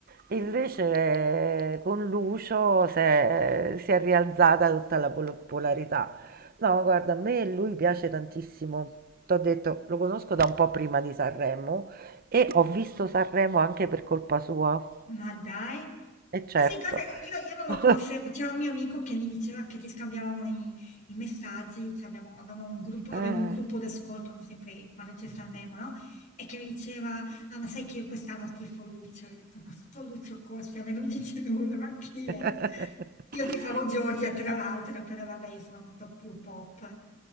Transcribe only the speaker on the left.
Ma dai!
Ma
sì, guarda, io, io non lo
conoscevo, c'era un mio amico che mi diceva che ci scambiavamo i, i messaggi, cioè abbiamo, avevamo un gruppo,
abbiamo un gruppo d'ascolto, no, sempre quando c'è Sanremo, no? E che mi diceva, ah ma sai che io quest'anno tifo Lucio? E ho detto, ma sto Lucio Corsi a me non dice nulla, ma chi
è? Io tifavo Giorgia, tra l'altro, però vabbè, io sono molto più pop.